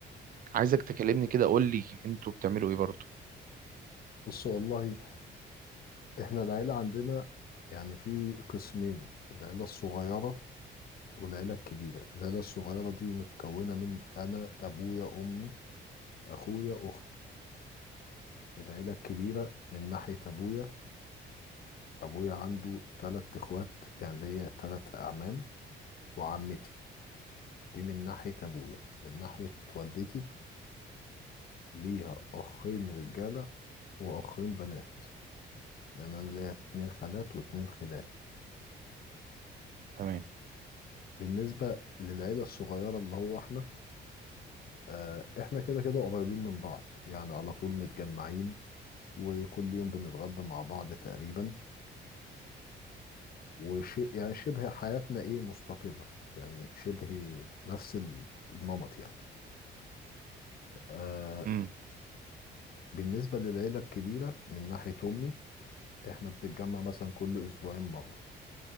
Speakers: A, on the right (about 45°); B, on the left (about 50°).
A: عايزك تكلمني كده قول لي انتوا بتعملوا ايه برضه
B: بص والله احنا العيله عندنا يعني في قسمين العيله الصغيره والعيله الكبيره العيله الصغيره دي متكونه من انا ابويا امي اخويا اختي العيله الكبيره من ناحيه ابويا ابويا عنده تلات اخوات يعني ليا تلات اعمام وعمتي دي من ناحيه ابويا من ناحيه والدتي ليها اخين رجاله واخين بنات يعني انا ليا اتنين خالات واتنين خلان
A: تمام
B: بالنسبة للعيلة الصغيرة اللي هو احنا آه، احنا كده كده قريبين من بعض يعني على طول متجمعين وكل يوم بنتغدى مع بعض تقريبا وشيء يعني شبه حياتنا ايه مستقرة يعني شبه نفس ال- النمط يعني آه،
A: امم
B: بالنسبة للعيلة الكبيرة من ناحية أمي احنا بنتجمع مثلا كل أسبوعين مرة